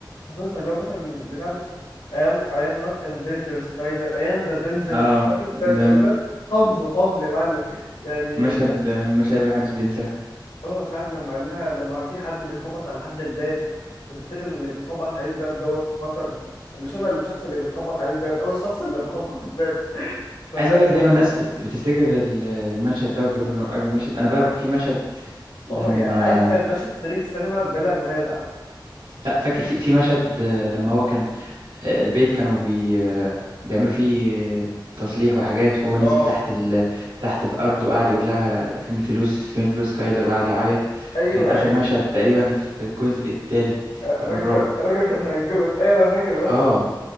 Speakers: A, on the left (about 70°); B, on the right (about 80°).
A: حافظها اللي هو مثلا بتاع مثلا I am I am not in danger Skyler I am the danger
B: اه
A: فاهم انت
B: نعم.
A: المس حافظه حافظه يا معلم يعني
B: مشهد مشاهد ما حدش بينساها
A: اه ساعة لما قال لها لما في حد بيخبط على حد الباب وتفتكر ان اللي بتخبط عليه الباب دوت في خطر مش انا الشخص اللي بتخبط عليه الباب انا الشخص اللي بخبط الباب ف
B: عايز اقول لك دايما الناس بت... بتفتكر ال- المشهد ده وبيقولوا انه اجمل مشهد انا بقى في مشهد لما
A: اه يا اجمد مشهد في تاريخ السينما بلا منازع
B: لا فاكر في في مشهد آه، لما هو كان آه، البيت كانوا بي... آه، بيعملوا فيه آه، تصليح وحاجات وهو نزل
A: اه
B: تحت ال... تحت الارض وقعد يقول لها فين الفلوس فين فلوس كايلر وقعد يعيط
A: ايوه
B: كان اخر
A: اي
B: مشهد تقريبا في الجزء الثالث
A: آه، الراجل
B: او الرابع
A: كان الراجل كان هيتجلط ايوه انا فاكر المشهد
B: اه
A: ده